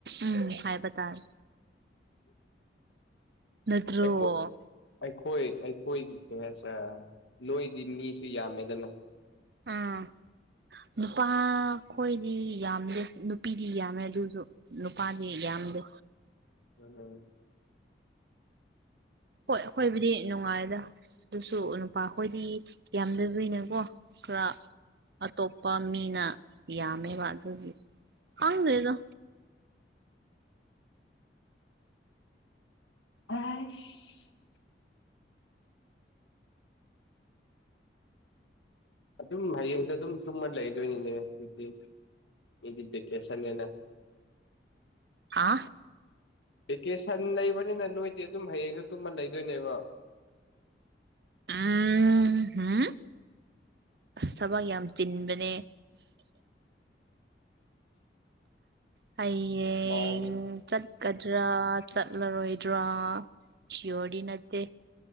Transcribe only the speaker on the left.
ꯑꯩꯈꯣꯏ ꯑꯩꯈꯣꯏ ꯑꯩꯈꯣꯏꯒꯤ ꯀꯩ ꯍꯥꯏꯁꯤꯔꯥ ꯅꯣꯏꯗꯤ ꯃꯤꯁꯨ ꯌꯥꯝꯃꯦꯗꯅ
<unintelligible>
ꯑꯥꯏꯁ ꯑꯗꯨꯝ ꯍꯌꯦꯡꯖꯨ ꯑꯗꯨꯝ ꯇꯨꯝꯃ ꯂꯩꯗꯣꯏꯅꯤꯅꯦ ꯗꯨꯗꯤ ꯃꯤꯗꯤ ꯕꯦꯀꯦꯁꯟꯅꯦꯅ
ꯚꯦꯀꯦꯁꯟ ꯂꯩꯕꯅꯤꯅ ꯅꯣꯏꯗꯤ ꯑꯗꯨꯝ ꯍꯌꯦꯡꯖꯨ ꯇꯨꯝꯃ ꯂꯩꯗꯣꯏꯅꯦꯕ
ꯃꯥꯜꯂꯤ